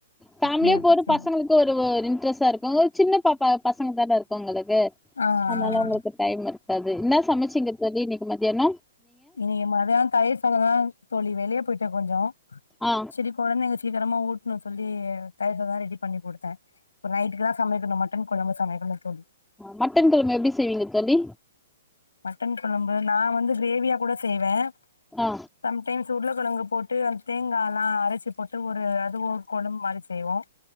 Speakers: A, in the centre; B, on the left.
A: ஃபேமிலிய
B: அப்டியா
A: போய்ட்டு
B: சேரி
A: பசங்களுக்கு ஒரு ஒரு இன்ட்ரெஸ்ட்டா இருக்கும் சின்ன பாப்பா பசங்க தானே இருக்காங்கலே வே
B: ஆ ஆ
A: அதனால உங்களுக்கு டைம் இருக்கு அது என்ன சமச்சீங்க தோழி இன்னைக்கு மத்தியானம்
B: இன்னைக்கி மதியானோ தயிர் சாதந்தா தோழி வெளிய போயிட்ட கொஞ்சோ
A: ஆ
B: செரி கொழந்தைங்க பீல் சீக்கிரமா ஊட்னும் சொல்லி தயிர் சாதம் தான் ரெடி பண்ணி கொடுத்தேன் இப்ப நைட்டுக்கு தான் சமைக்கணும் மட்டன் குழம்பு சமைக்கணும் தோழி
A: ஆ, மட்டன் கொழம்பு எப்டி செய்வீங்க தோழி
B: மட்டன் குழம்பு நான் வந்து கிரேவியா கூட செய்வேன்
A: ஆ
B: சம்டைம்ஸ் உருள கழங்கு போட்டு அந்த தேங்காலா அரச்சி போட் அது ஒரு அது ஒரு கொழம்பு மாறி வெச் செய்வோம்